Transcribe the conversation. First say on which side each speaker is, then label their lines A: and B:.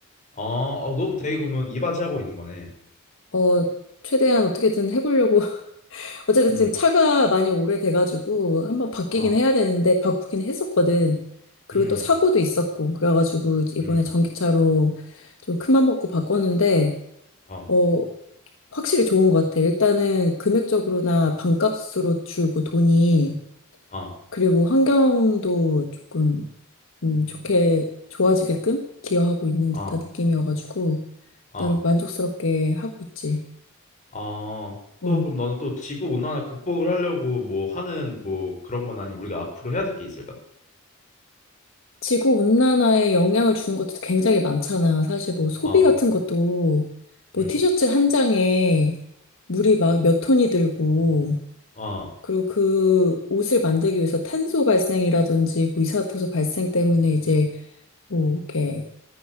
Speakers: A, on the left; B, on the left.
A: 아, 어, 넌 되게 그러면 이바지하고 있는 거네.
B: 어, 최대한 어떻게든 해보려고. <laughs> 어쨌든
A: 음,
B: 지금 차가 많이 오래돼가지고 한번 바뀌긴
A: 어,
B: 해야 되는데, 바꾸긴 했었거든. 그리고
A: 음,
B: 또 사고도 있었고, 그래가지고 이번에
A: 음,
B: 전기차로 좀 큰맘 먹고 바꿨는데,
A: 어,
B: 어, 확실히 좋은 것 같아. 일단은 금액적으로나 반값으로 줄고 돈이
A: 어,
B: 그리고 환경도 조금 음, 좋게 좋아지게끔 기여하고 있는 듯한
A: 어,
B: 느낌이어가지고
A: 어,
B: 나름 만족스럽게 하고 있지.
A: 어.
B: 어.
A: 또 그럼 너는 또 지구 온난화 극복을 하려고 뭐 하는 뭐 그런 건 아니면 우리가 앞으로 해야 될 게 있을까?
B: 지구 온난화에 영향을 주는 것도 굉장히 많잖아. 사실 뭐 소비
A: 어,
B: 같은 것도 뭐
A: 음,
B: 티셔츠 한 장에 물이 막 몇 톤이 들고
A: 어,
B: 그리고 그 옷을 만들기 위해서 탄소 발생이라든지 뭐 이산화탄소 발생 때문에 이제 뭐 이렇게